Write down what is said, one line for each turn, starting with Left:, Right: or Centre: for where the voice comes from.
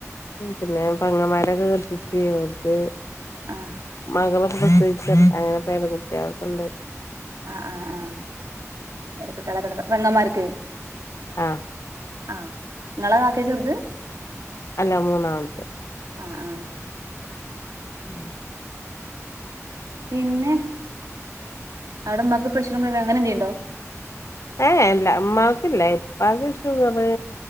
Left: പിന്നെ പെങ്ങന്മാരൊക്കെ കത്തിട്ട് അവർക്ക്
Right: ആഹ്
Left: മകളെ പ്രസവിച്ച അങ്ങനെ പേരകുട്ടികൾക്കുണ്ട്
Right: ആ ആഹ ആഹ പെങ്ങകൻമാർക്ക്
Left: ആഹ
Right: ആഹ നിങ്ങള ഏറ്റവും ചെറുത്
Left: അല്ല മൂന്നാമത്തെ
Right: ആ ആ
Left: <inaudible>
Right: പിന്നെ അവിടമ്മക്ക് പ്രശ്നം അങ്ങനെന്തെയുണ്ടോ
Left: ഏല്ല അമ്മാക്കില്ല ഉപ്പാക്ക് ഷുഗറ്